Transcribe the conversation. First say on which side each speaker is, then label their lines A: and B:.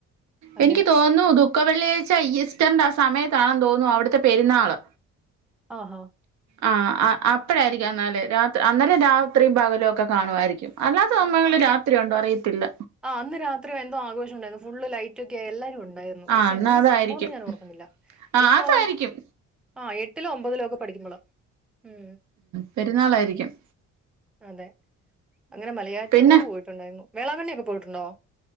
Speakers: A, in the centre; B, on the right (about 65°).
A: അങ്ങനെ.
B: എനിക്ക് തോന്നുന്നു ദുഃഖ വെള്ളിയാഴ്ച ഈസ്റ്ററിന്റെ ആ സമയത്താണെന്ന് തോന്നുന്നു അവിടുത്തെ പെരുന്നാള്
A: ആഹാ
B: ആഹ് ആഹ് ആഹ് അപ്പഴാരിക്കും അന്നാല് രാത് അന്നേലെ രാത്രിം പകലും ഒക്കെ കാണുവാരിക്കും അല്ലാത്ത സമയങ്ങളിൽ രാത്രി ഒണ്ടോ അറിയത്തില്ല
A: ആഹ് അന്ന് രാത്രി എന്തോ ആഘോഷം ഒണ്ടാരുന്നു ഫുള്ള് ലൈറ്റക്കെയായി എല്ലാരും ഒണ്ടായി ഉം
B: ആഹ്
A: പക്ഷെ
B: എന്നാ
A: എന്തോ
B: അതായിരിക്കും
A: സംഭവംന്ന് ഞാൻ ഓർക്കുന്നില്ല
B: ആഹ്
A: ഇതിപ്പോ
B: അതായിരിക്കും
A: ആ എട്ടിലോ ഒമ്പതിലോ ഒക്കെ പഠിക്കുമ്പളാ ഉം
B: പെരുന്നാളായിരിക്ക്യും
A: അതെ അങ്ങനെ മലയാറ്റൂറ്
B: പിന്നെ
A: പോയിട്ടുണ്ടായിരുന്നു വേളാങ്കണ്ണിക്കെ പോയിട്ടുണ്ടോ?